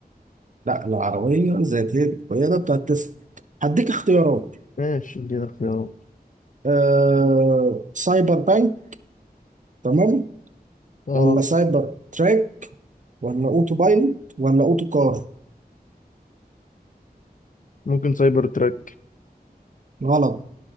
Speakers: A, on the right; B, on the left.
A: لا العربية ذاتية القيادة بتاعت تسلا هديك اختيارات
B: ماشي ادينا اختيارات
A: آه سايبر بانك تمام
B: اه
A: ولا سايبر تراك ولا اوتو بايلوت ولا اوتو كار
B: ممكن سايبر تراك
A: غلط